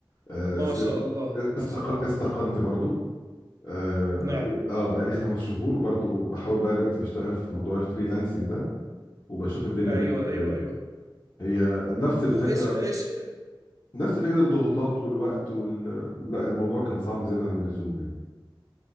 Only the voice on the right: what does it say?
ما
شاء الله
ما شاء الله
نعم
ايوه
ايوه ايوه
و-
وايش ايش